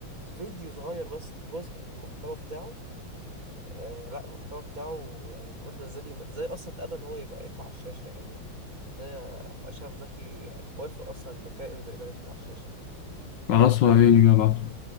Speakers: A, on the right; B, on the left.
A: فيديو صغير بس لجزء المحتوى بتاعه آه لا المحتوى بتاعه يعني تقول ده ازاي بيم- ازاي اصلا اتقبل ان هو يبقى يطلع على الشاشة يعني ازاي اشرف زكي وافق اصلا ان كائن زي ده يطلع على الشاشة
B: خلاص وريني بقى